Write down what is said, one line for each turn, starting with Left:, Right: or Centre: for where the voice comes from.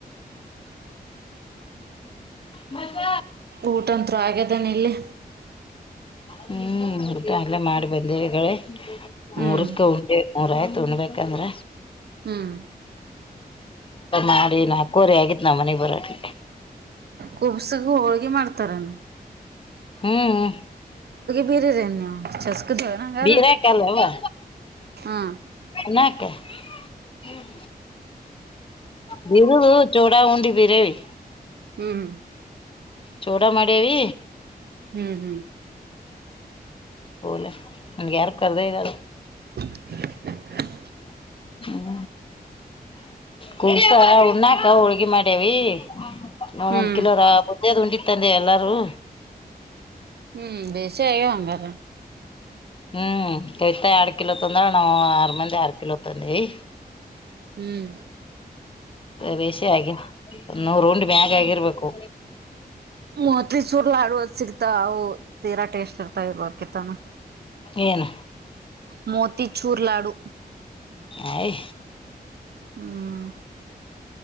Left: ಮತ್ತ
Right: ಊಟಂರು ಆಗ್ಯದನ ಇಲ್ಲಿ
Left: ಹ್ಮ್ ಉಡ್ ಅಲ್ಲ ಮಾಡಿ ಬಂದೇವಿ
Right: ಹ್ಮ್
Left: ಮೂರಕ್ಕ ಉಂಡೆ ಮೂರ ಆಯ್ತು ಉನ್ಬೇಕಂದ್ರ
Right: ಹ್ಮ್
Left: ಮಾಡಿ ನಾಲ್ಕುವರೆ ಆಗಿತ್ ನ ಮನೆಗ್ ಬರೋಟೆ
Right: ಕುಬ್ಸಗ ಹೋಳ್ಗೆ ಮಾಡ್ತಾರನು
Left: ಹ್ಮ್
Right: ಬೀರಿರೇನ್ ನೀವು ಚಸ್ಕದಳನ ಹಂಗಾರ
Left: ಬಿರಕಲ್ಲವಾ
Right: ಹಾ
Left: ನಕ ಹ್ಮ್ ಬರು ಚೂಡ ಹಂಡ ಬಿರೆವಿ
Right: ಹ್ಮ್
Left: ಚೋಡ ಮಾಡೆವಿ
Right: ಹ್ಮ್ ಹ್ಮ್
Left: ಹಲ ಯಾರು ಕದ ನಲ್ಲ
Right: <inaudible>
Left: ಹ್ಮ ಕುಲ್ಸ ಉಣ್ಣಾಕ ಹುಳ್ಗಿ ಮಾಡ್ಯವಿ ನಾ
Right: ಹ್ಮ್
Left: ಒಂದ್ ಕಿಲೋರ ಬದ್ದದ್ ಉಂಂಡಿತ್ತಂದೆ ಎಲ್ಲಾರೂ
Right: ಹ್ಮ್ ಬಸ ಆಗ ಹಂಗಾರ
Left: ಹ್ಮ್ ಕಯ್ತ ಎರಡ್ ಕಿಲೋ ತಂದ್ರ ನಾವು ಆರ್ ಮಂದಿ ಎರಡ್ ಕಿಲೋ ತಂದವಿ
Right: ಹ್ಮ್
Left: ಬೇಸಿ ಆಗಿ ನೂರ್ ರೌಂಡ ಮ್ಯಾಗ ಆಗಿರ್ಬೇಕು
Right: ಮತ್ ಚೂರ್ಲಾಡುವದ ಸಿಗ್ತ ಅವು ತೀರಾ ಟೇಸ್ಟ್ ಇರ್ತ ಇವಕತ್ತಾನ
Left: ಏನ್
Right: ಮೋತಿ ಚೂರ್ಲಾಡು
Left: ಹ
Right: ಹ್ಮ್